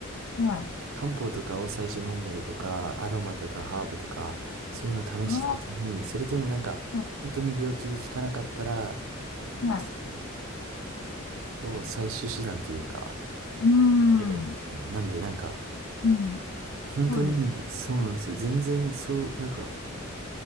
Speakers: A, on the left (about 80°); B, on the right (about 70°).
A: い。はい。
B: 漢方とかを最初飲んだりとか、アロマとかハーブとか、そういうのを試した後に、
A: あ
B: それでもなんか、
A: あ、あ
B: 本当に病気で効かなかったら、
A: はい。
B: 薬を最終手段というか、
A: うん。
B: 言えばいいんですかね。なんでなんか、
A: うん。
B: 本当にそうなんですよ。
A: そうですね。
B: 全然そう、なんか、